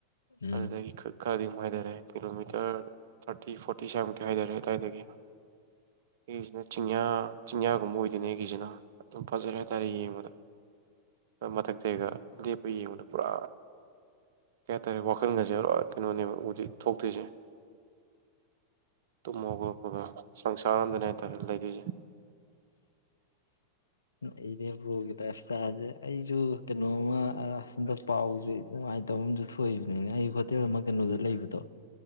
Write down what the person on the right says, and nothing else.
ꯑꯗꯨꯗꯒꯤ ꯈꯔꯗꯤꯗꯨꯝ ꯍꯦꯏꯊꯔꯦ ꯀꯤꯂꯣꯃꯤꯇꯔ ꯊꯥꯔꯇꯤ ꯐꯣꯔꯇꯤ ꯁ꯭ꯋꯥꯏꯃꯨꯛꯇꯤ ꯍꯥꯏꯇꯥꯔꯦ ꯑꯗꯨꯋꯥꯏꯗꯒꯤ ꯑꯩꯒꯤꯁꯤꯅ ꯆꯤꯡꯌꯥ ꯆꯤꯡꯌꯥꯒꯨꯝꯕ ꯑꯣꯏꯗꯣꯏꯅꯦ ꯑꯩꯒꯤꯁꯤꯅ ꯑꯗꯨꯝ ꯐꯖꯔꯦ ꯍꯥꯏꯇꯥꯔꯦ ꯌꯦꯡꯕꯨꯗ ꯃꯊꯛꯇꯩꯒ ꯂꯦꯞꯄ ꯌꯦꯡꯕꯗ ꯄꯨꯔꯥ ꯀꯩ ꯍꯥꯏꯇꯥꯔꯦ ꯋꯥꯈꯜꯒꯁꯦ ꯀꯩꯅꯣꯅꯦꯕ ꯍꯨꯖꯤꯛ ꯊꯣꯛꯇꯣꯏꯁꯦ ꯇꯨꯝꯃꯣ ꯈꯣꯠꯄꯒ ꯁꯪꯁꯥꯔ ꯑꯃꯗꯅꯦ ꯍꯥꯏꯇꯥꯔꯦ ꯂꯩꯗꯣꯏꯁꯦ